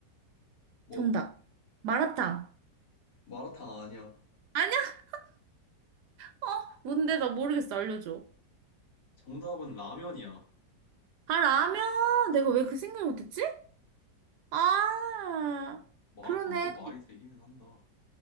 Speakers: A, on the left; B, on the right.
A: 뭐,
B: 정답. 마라탕.
A: 마라탕 아니야.
B: 아니야? 어, 뭔데? 나 모르겠어. 알려줘.
A: 정답은 라면이야.
B: 아, 라면. 내가 왜 그 생각을 못했지? 아,
A: 마라탕도
B: 그러네.
A: 말이 되기는 한다.